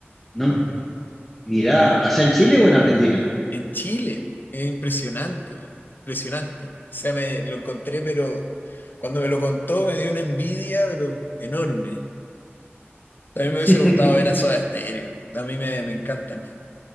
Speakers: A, in the centre; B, on the left.
A: No, mirá, ¿allá en Chile o en Argentina?
B: En Chile, es impresionante, man, impresionante. O sea, me lo encontré, pero cuando me lo contó me dio una envidia, pero enorme. A mí me hubiese
A: <laughs>
B: gustado ver a Soda Stereo. A mí me, me encantan.